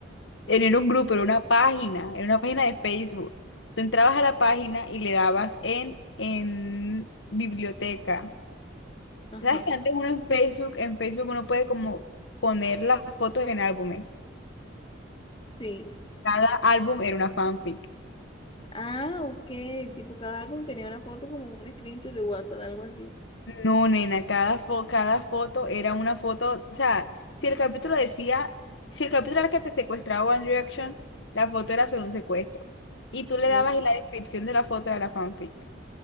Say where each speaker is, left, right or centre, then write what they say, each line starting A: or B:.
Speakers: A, on the left (about 70°); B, on the left (about 25°).
A: en- era un grupo, era una página, era una página de Facebook. Tú entrabas a la página y le dabas en, en biblioteca.
B: Ajá.
A: ¿Sabes que antes uno en Facebook, en Facebook uno puede como poner las fotos en álbumes?
B: Sí,
A: Cada álbum era una fanfic.
B: Ah, ok. Tipo, cada álbum tenía una foto como un screenshot de WhatsApp, algo así.
A: No, nena, cada, fo- cada foto era una foto. O sea, si el capítulo decía, si el capítulo era que te secuestraba One Direction, la foto era sobre un secuestro. Y tú le
B: Ah.
A: dabas y la descripción de la foto era la fanfic.